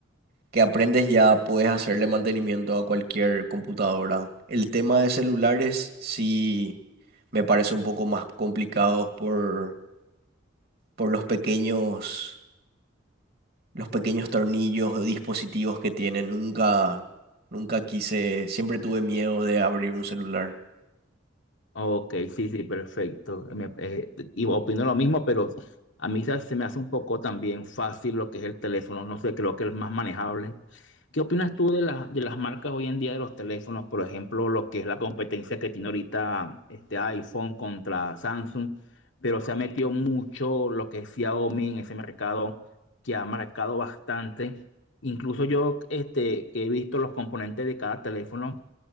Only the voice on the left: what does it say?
Ok, sí, sí, perfecto. Me- eh, y opino lo mismo, pero a mí se se me hace un poco también fácil lo que es el teléfono. No sé, creo que es más manejable. ¿Qué opinas tú de las, de las marcas hoy en día de los teléfonos? Por ejemplo, lo que es la competencia que tiene ahorita este iPhone contra Samsung, pero se ha metido mucho lo que es Xiaomi en ese mercado que ha marcado bastante. Incluso yo este, que he visto los componentes de cada teléfono.